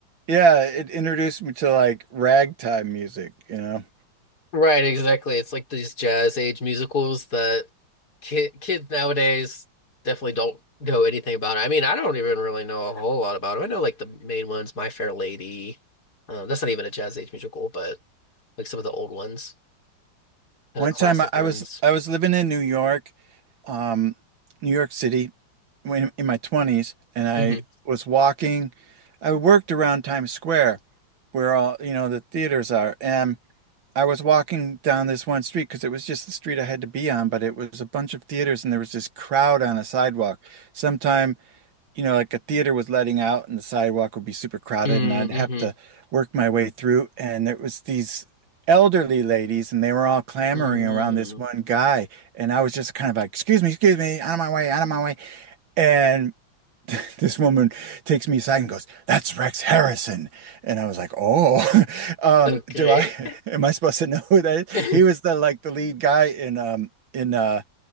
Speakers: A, on the right; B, on the left.
A: yeah, it introduced me to like ragtime music, you know.
B: Right, exactly. It's like these jazz age musicals that ki kids nowadays definitely don't know anything about. I mean, I don't even really know a whole lot about them. I know like the main ones, My Fair Lady. Um, that's not even a jazz age musical, but like some of the old ones, kind
A: One
B: of classic
A: time I, I
B: ones.
A: was I was living in New York, um New York City when in my 20s and I
B: Mm-hmm.
A: was walking I worked around Times Square where all, you know, the theaters are and I was walking down this one street because it was just the street I had to be on, but it was a bunch of theaters and there was this crowd on a sidewalk. Sometime, you know, like a theater was letting out and the sidewalk would be super crowded
B: Mm-hmm.
A: and I'd have to work my way through. And it was these elderly ladies and they were all clamoring
B: Mm-hmm.
A: around this
B: Mm-hmm.
A: one guy. And I was just kind of like, excuse me, excuse me, out of my way, out of my way. And <laughs> this woman takes me aside and goes, "That's Rex Harrison," and I was like, "Oh, <laughs> um,
B: Okay.
A: do I? <laughs> Am I supposed to know who that is?"
B: <laughs>
A: He was the like the lead guy in um in uh